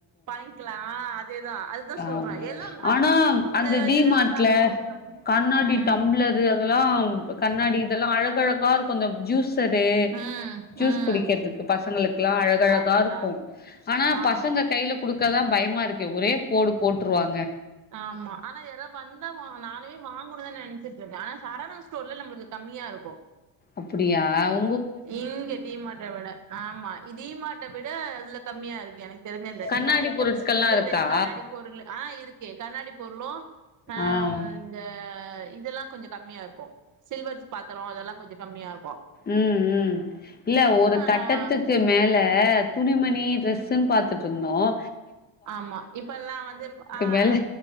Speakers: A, on the right; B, on the left.
A: வாங்கிக்கிலா அதேதா. அதுதா
B: ஆமா
A: சொல்றே எல்லா
B: ஆனா
A: யூடியூப்ல
B: அந்த டிமார்ட்ல
A: இதுலல்லா பாக்கும்போது
B: கண்ணாடி
A: ம்
B: டம்பளரு. அதெல்லா கண்ணாடி இதெல்லா அழகழகா இருக்கு அந்த ஜூஸ். <unintelligible>
A: ம்
B: ஜூஸ்
A: ம்
B: குடிக்கிறதுக்கு பசங்களுக்கெல்லா அழகழகா
A: அதேதா
B: இருக்கு. ஆனா
A: ஆ
B: பசங்க கைல குடு. இருக்கதா பயமா இருக்கே ஒரே. போடு போட்டுருவாங்க.
A: ஆம்மா ஆனா யார வந்தாமா நானே வா. போகுனுதா நெனச்சிட்டு இருக்க ஆனா சரவணாஸ்டோர்ல நம்லுது கம்மியா இருக்கு.
B: அப்படியாவ்.
A: இங்க டீமாட்ட விட ஆமா. டீமாட்ட விட இதுல கம்மியா இருக்கு எனக். தெரிஞ்சந்த
B: கண்ணாடி
A: இந்த ஐட்டம்ஸ்
B: பொருட்கள்லா
A: இதுமேரி
B: இருக்கா
A: கண்ணாடி பொருள் ஆஹ் இருக்கு கண்ணாடி பொருளும் உம் ஆஹா
B: ஆ
A: இந்த இதெல்லாம் கொஞ்சம் கம்மியா இருக்கும் சில்வர் பாத்திரம் அதெல்லாம் கொஞ்சம் கம்மியா இருக்கும்
B: உம் உம் இல்ல ஒரு கட்டத்துக்கு
A: நா ம்
B: மேல துணிணி டிரஸ்
A: ம்
B: பாார்த்துட்டு சொன்னும்
A: ஆமா இப்பெல்லாம் வந்து ஆஹ்
B: மேல